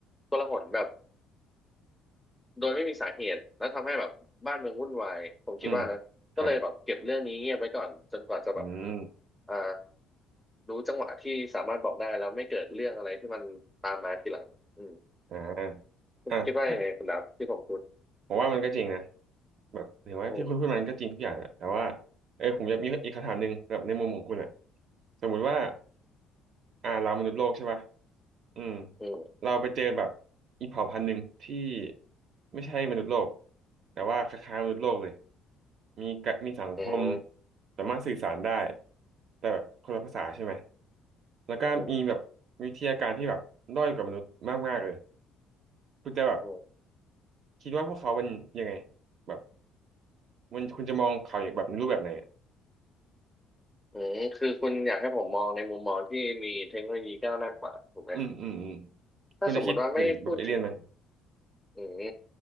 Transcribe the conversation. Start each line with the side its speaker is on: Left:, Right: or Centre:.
Centre: โกลาหลแบบ โดยไม่มีสาเหตุแล้วทำให้แบบบ้านเมืองวุ่นวายผมคิดว่านะก็เลยแบบเก็บเรื่องนี้เงียบไว้ก่อนจนกว่าจะแบบ
Right: อืมครับอืม
Centre: อ่ารู้จังหวะที่สามารถบอกได้แล้วไม่เกิดเรื่องอะไรที่มันตามมาทีหลังอืม
Right: อ่า
Centre: คุณคิดว่ายังไงคุณดับที่ผมพูด
Right: อ่ะถ้าผมว่ามันก็จริงนะแบบเห็นว่าที่คุณพูดมันก็จริงทุกอย่างแหละแต่ว่า
Centre: อืม
Right: เออผมอยากมีอีกคำถามหนึ่งแบบในมุมของคุณอ่ะสมมุติว่าอ่าเรามนุษย์โลกใช่ป่ะอืม
Centre: อืม
Right: เราไปเจอแบบอีกเผ่าพันธุ์หนึ่งที่ไม่ใช่มนุษย์โลกแต่ว่าคล้ายๆมนุษย์โลกเลยมีกะมีสังคม
Centre: อืม
Right: สามารถสื่อสารได้แต่แบบคนละภาษาใช่ไหมแล้วก็มีแบบวิทยาการที่แบบด้อยกว่ามนุษย์มากๆเลย
Centre: อืม
Right: คุณจะแบบ
Centre: อืม
Right: คิดว่าพวกเขาเป็นยังไงแบบ มันคุณจะมองข่าวอย่างแบบรูปแบบไหนอะ
Centre: อืมคือคุณอยากให้ผมมองในมุมมองที่มีเทคโนโลยีก้าวหน้ากว่าถูกไหม
Right: อืมอืมอืม
Centre: ถ้าสมมติว่าไม่พูดถึง
Right: คุณจะคิดเป็นแบบเอเลี่ยนไหม
Centre: อืม